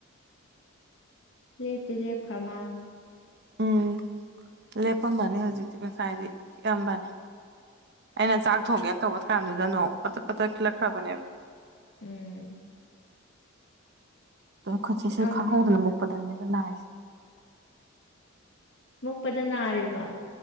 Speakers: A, on the left; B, on the right.
A: ꯄ꯭ꯂꯦ ꯇꯂꯦꯞ ꯐꯔꯃꯥꯟ
B: ꯎꯝ ꯂꯦꯞꯄꯝꯕꯅꯤ ꯍꯧꯖꯤꯛꯇꯤ ꯉꯁꯥꯏꯗꯤ ꯈꯤꯑꯝꯕꯅꯤ ꯑꯩꯅ ꯆꯥꯛ ꯊꯣꯡꯉꯦꯅ ꯇꯧꯕ ꯀꯥꯟꯗꯨꯗꯅꯣ ꯄꯠ ꯄꯠꯇꯠ ꯈꯤꯜꯂꯛꯈ꯭ꯔꯕꯅꯦꯕ
A: ꯎꯝ
B: ꯑꯗꯨꯣꯏ ꯈꯨꯠꯁꯦ
A: ꯁꯛꯑꯝꯃꯦ
B: ꯁꯤ ꯈꯪꯍꯧꯗꯅ ꯃꯨꯛꯄꯗꯅꯦꯕ ꯅꯥꯏꯁꯦ
A: ꯃꯨꯛꯄꯗ ꯅꯥꯔꯤꯕ